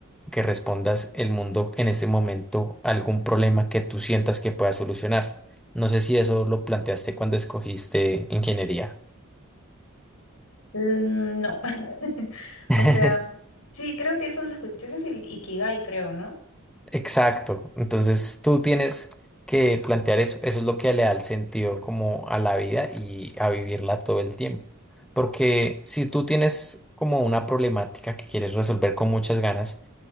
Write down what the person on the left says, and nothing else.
Mm, No. <laughs>
O sea, sí, creo que eso lo escuché. Ese es el Ikigai, creo, ¿no?